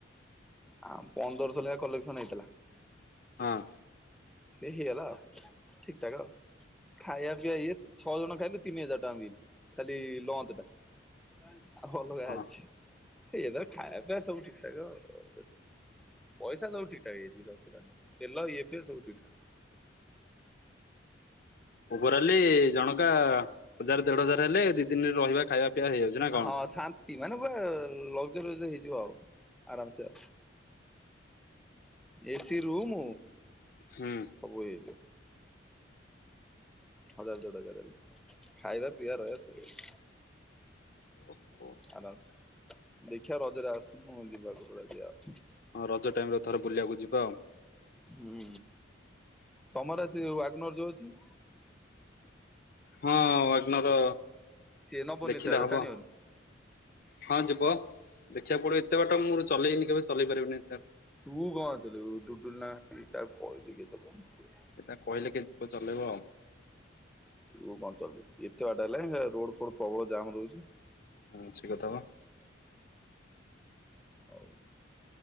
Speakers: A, in the centre; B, on the left (about 50°).
A: ଆ ପନ୍ଦରଶ ଲେଖା କଲେକ୍ସନ୍ ହେଇଥିଲା।
B: ହାଁ।
A: ସେ ହେଇଗଲା ଆଉ ଠିକ୍ ଠାକ୍ ଆଉ। ଖାଇବା ପିଇବା ଇଏ ଛଅ ଜଣ ଖାଇଲୁ ତିନି ହଜାର ଟଙ୍କା ବିଲ୍ ଖାଲି ଲଞ୍ଚ ଟା। ଆଲଗା ଅଛି
B: ହଁ
A: ଏ ତାର ଖାଇବା ପିବା ସବୁ ଠିକ୍ ଠାକ୍ ଆଉ। ପଇସା ସବୁ ଠିକ୍ ଠାକ୍ ହେଇଯାଇଛି କିଛି ଅସୁବିଧା ନାଁହି। ତେଲ ଇଏ ପିଏ ସବୁ ଠିକ୍ ଠାକ୍।
B: ଓଭରାଲି ଜଣକା ହଜାର ଦେଢ ହଜାର ହେଲେ ଦି ତିନ୍ ରହିବା ଖାଇବା ପିଇବା ହେଇଯାଉଛି ନା କଣ?
A: ହଁ ଶାନ୍ତି ମାନେ ପୁରା ଲଗଜରସ୍ ହେଇଯିବ ଆଉ ଆରାମ୍ ସେ ଆଉ। ଏସି ରୁମ୍
B: ହୁଁ
A: ସବୁ ହେଇ ଥିବ। ହଜାର ଦେଢ ହଜାର ଏମିତି। ଖାଇବା ପିଇବା ରହିବା ସବୁ ହେଇଯିବ।
B: ଓ ହୋ।
A: ଆରାମସେ। ଦେଖିବା ରଜରେ ଆସୁନୁ ଯିବା କୁଆଡେ ଗୋଟେ ଯିବା।
B: ହଁ ରଜ ଟାଇମ୍ ରେ ଥରେ ବୁଲିବାକୁ ଯିବା ଆଉ।
A: ହୁଁ ତମର ସେ ୱାଗ୍ନୋର ଯୋଉ ଅଛି।
B: ହଁ ୱାଗ୍ନର
A: ସିଏ ନବନି
B: ଦେଖିଲେ
A: ଏତେ ବାଟ
B: ହବ।
A: ଟାଣିବନି।
B: ହଁ ଯିବ ଦେଖିବାକୁ ପଡିବ ଏତେ ବାଟ ମୁଁ ଚଲେଇନି କେବେ ଚଲେଇ ପାରିବିନି ଏତେ।
A: ତୁ କଣ ଚଲେଉ ଡୁଡୁଲୁ ନାହାନ୍ତି ତାକୁ କହିଲେ କିଏ ଚଲେଇବ।
B: ଏ ତାଙ୍କୁ କହିଲେ କିଏ ଚଲେଇବ ଆଉ।
A: ତୁ କଣ ଚଲେଇଉ ଏତେ ବାଟ ହେଲେ ରୋଡ ଫୋଡ୍ ପ୍ରବଳ ଜାମ୍ ରହୁଛି।
B: ହୁଁ ସେଇ କଥା ପା।
A: ଆଉ